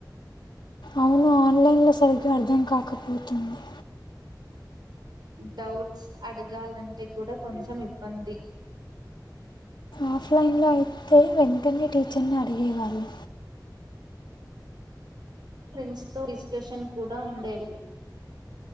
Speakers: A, on the left; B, on the right.
A: అవును ఆన్లైన్ లో సరిగ్గా అర్థం కాకపోతుంది
B: డౌట్స్ అడగాలంటే కూడా కొంచెం ఇబ్బంది
A: ఆఫ్లైన్లో అయితే వెంటనే టీచర్ని అడిగేవాళ్ళు
B: ఫ్రెండ్స్ తో డిస్క్రషన్ కూడా ఉండేది